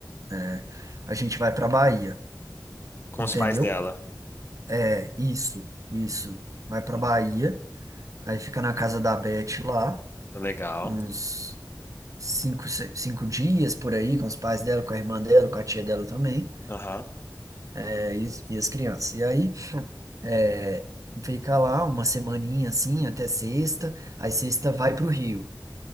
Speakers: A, on the right (about 50°); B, on the left (about 30°).
A: é, a gente vai pra Bahia,
B: Com
A: entendeu?
B: os pais dela.
A: É, isso, isso. Vai
B: Ah,
A: pra Bahia, aí fica na casa da Beth lá,
B: legal.
A: uns cinco, se- cinco dias por aí, com os pais dela, com a irmã dela, com a tia dela também,
B: Aham.
A: é, e, e as crianças. E aí, é, fica lá uma semaninha assim, até sexta, aí sexta vai pro Rio.